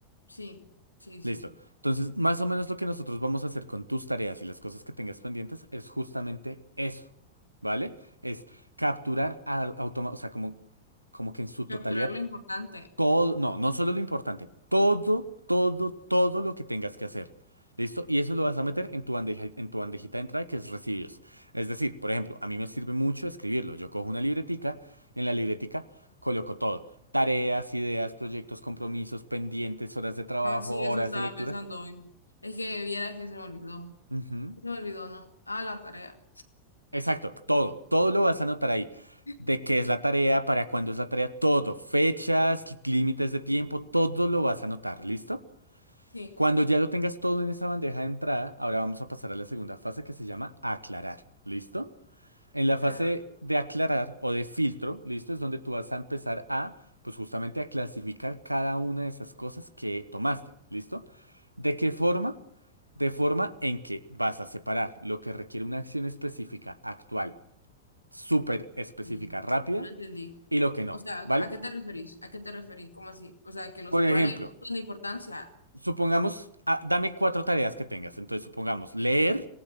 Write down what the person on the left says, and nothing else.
sí, sí,
sí.
Capturar lo importante.
Ah, sí,
eso estaba
pensando hoy. Es que vieras que se me olvidó.
Se me olvidó, ¿no? Ah, la tarea.
<laughs>
Sí.
Ajá.
Mm,
no entendí.
O sea,
¿a qué te referís? ¿A qué te referís? ¿Cómo así? O sea, que lo
separe
con importancia.
Eh,